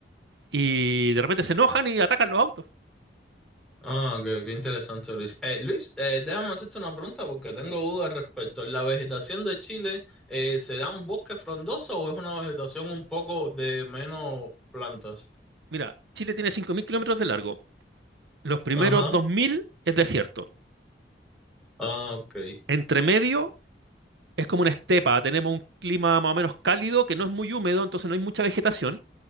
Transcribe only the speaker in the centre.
Ah, qué, qué interesante, Luis. Eh, Luis, eh, déjame hacerte una pregunta porque tengo
dudas respecto. ¿La vegetación de Chile eh, se da un bosque frondoso o es una vegetación un poco de menos plantas?
Ajá.
Ah, ok.